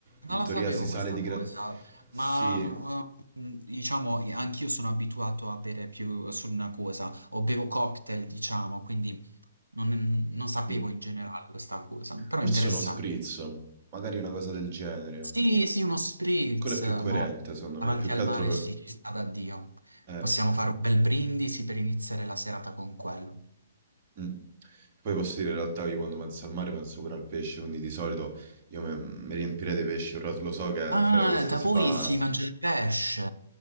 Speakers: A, on the right; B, on the right.
A: in
B: Non la
A: teoria
B: sapevo
A: si sale
B: questa
A: di gra...
B: cosa,
A: Sì,
B: ma eh, diciamo, anch'io sono abituato a bere più solo una cosa, o bevo cocktail, diciamo, quindi non, non sapevo
A: mm,
B: in generale questa cosa, però
A: forse
B: è interessante.
A: uno spritz, magari una cosa del genere.
B: Sì, sì, uno spritz,
A: Quello è più coerente,
B: mo,
A: secondo
B: davanti
A: me, più
B: al
A: che altro
B: mare
A: per...
B: sì, ci sta da Dio.
A: eh,
B: Possiamo fare un bel brindisi per iniziare la serata con quello.
A: mm. Poi posso dire in realtà io quando penso al mare penso pure al pesce, quindi di solito io me- mi riempirei di pesce, però lo so che a
B: Ah,
A: Ferragosto
B: da
A: si
B: voi
A: fa
B: si mangia il pesce.